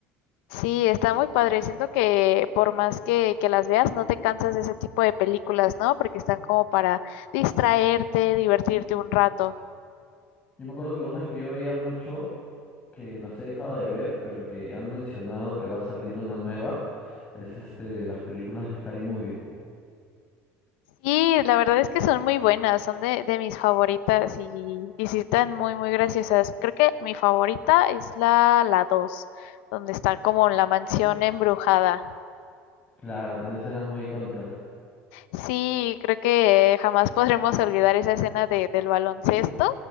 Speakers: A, on the left; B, on the left.
A: Sí, está muy padre. Siento que por más que, que las veas, no te cansas de ese tipo de películas, ¿no? Porque están como para distraerte, divertirte un rato.
B: Yo me acuerdo que unas que yo veía mucho que las he dejado de ver, pero que han mencionado que va a salir una nueva, es este, las películas de Scary Movie.
A: Sí, la verdad es que son muy buenas, son de, de mis favoritas y, y sí están muy, muy graciosas. Creo que mi favorita es la, la 2, donde está como la mansión embrujada.
B: Claro, tiene escenas muy icónicas.
A: Sí, creo que jamás <laughs> podremos olvidar esa escena de, del baloncesto.